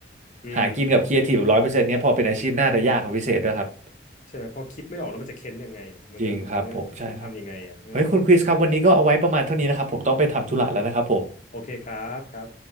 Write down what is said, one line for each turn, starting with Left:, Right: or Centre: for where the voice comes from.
Left: อืม
Right: หากินกับครีเอทีฟแบบร้อยเปอร์เซ็นต์เนี้ยพอเป็นอาชีพน่าจะยากกว่าพิเศษด้วยครับ
Left: ใช่ไหมพอคิดไม่ออกแล้วมันจะเค้นยังไงอ่ะมันก็มันก็ทำยังไงอ่ะเออ
Right: จริงครับผมใช่ครับเฮ้ยคุณคริสครับวันนี้ก็เอาไว้ประมาณเท่านี้นะครับผมต้องไปทำธุระแล้วนะครับผม
Left: โอเคครับครับ